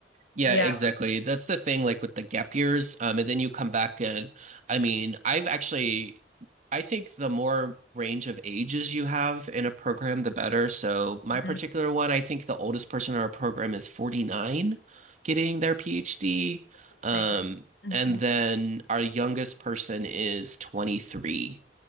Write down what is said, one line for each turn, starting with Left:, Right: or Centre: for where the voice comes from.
Right: Yeah,
Left: Yeah.
Right: exactly. That's the thing, like with the gap years. Um, and then you come back and I mean, I've actually I think the more range of ages you have in a program, the better. So my
Left: Mhm.
Right: particular one, I think the oldest person in our program is 49 getting their PhD.
Left: Interesting.
Right: Um,
Left: hmm
Right: and then our youngest person is 23.